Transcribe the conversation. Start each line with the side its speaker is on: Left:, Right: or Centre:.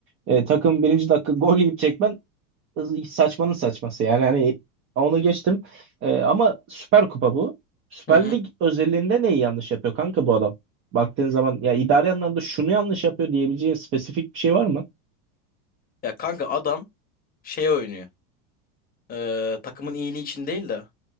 Right: E, takım birinci dakika <laughs> gol yiyip çekmen saçmanın saçması yani hani onu geçtim Ee, ama Süper Kupa bu. Süper
Left: Hı hı.
Right: Lig özelliğinde neyi yanlış yapıyor kanka bu adam? Baktığın zaman ya idari anlamda şunu yanlış yapıyor diyebileceğin spesifik bir şey var mı?
Left: Ya kanka adam şey oynuyor. Ee, takımın iyiliği için değil de